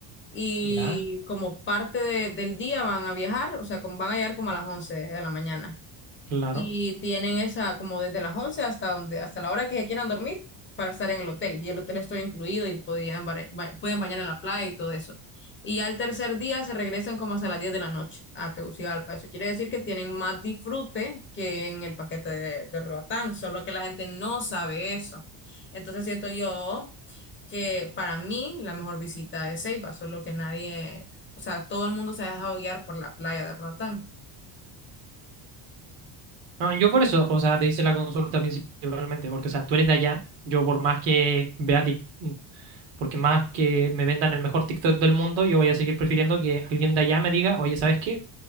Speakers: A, on the left; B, on the right.
A: y
B: Ya.
A: como parte de- del día van a viajar, o sea, como- van a llegar como a las 11 de la mañana.
B: Claro.
A: Y tienen esa como desde las 11 hasta donde, hasta la hora que se quieran dormir para estar en el hotel. Y el hotel estoy incluido y podían, bare- ba- pueden bañar en la playa y todo eso. Y al tercer día se regresan como hasta las 10 de la noche a Tegucigalpa. Eso quiere decir que tienen más disfrute que en el paquete de, de Roatán, solo que la gente no sabe eso. Entonces siento yo que para mí la mejor visita es Ceiba, solo que nadie, o sea, todo el mundo se ha dejado guiar por la playa de Roatán.
B: No, yo por eso, o sea, te hice la consulta principalmente, porque, o sea, tú eres de allá. Yo por más que vea Tik- porque más que me vendan el mejor TikTok del mundo, yo voy a seguir prefiriendo que alguien de allá me diga, oye, ¿sabes qué?